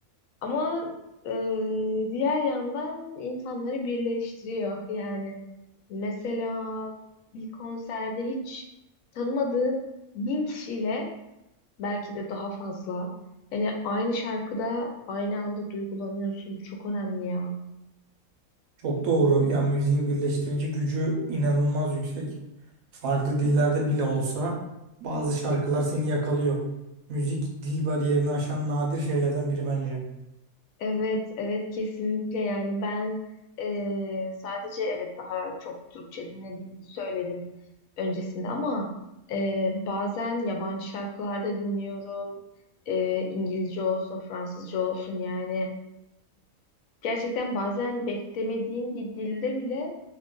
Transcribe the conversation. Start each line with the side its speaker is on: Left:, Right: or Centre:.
Left: Ama e, diğer yandan insanları birleştiriyor. Yani mesela bir konserde hiç tanımadığın bin kişiyle belki de daha fazla. Yani aynı şarkıda aynı anda duygulanıyorsun. Bu çok önemli ya.
Right: Çok doğru. Ya müziğin birleştirici gücü inanılmaz yüksek. Farklı dillerde bile olsa bazı şarkılar seni yakalıyor. Müzik dil bariyerini aşan nadir şeylerden biri bence.
Left: Evet, evet kesinlikle yani ben eee, sadece evet daha çok Türkçe dinlediğimi söyledim öncesinde ama eee, bazen yabancı şarkılarda dinliyorum Eee, İngilizce olsun Fransızca olsun yani gerçekten bazen beklemediğin bir dilde bile